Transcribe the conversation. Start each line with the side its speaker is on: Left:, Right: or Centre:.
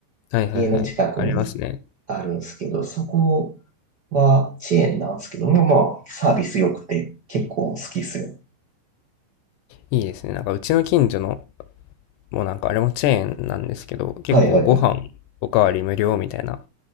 Left: はいはいはい。
Right: 家の近くに
Left: ありますね。
Right: あるんすけど、そこはチェーンなんですけども、まあ、サービス良くて結構好きっすよ。
Left: いいですね。なんか、うちの近所の、もうなんか、あれもチェーンなんですけど、結構ご飯おかわり無料みたいな、
Right: はいはいはい。い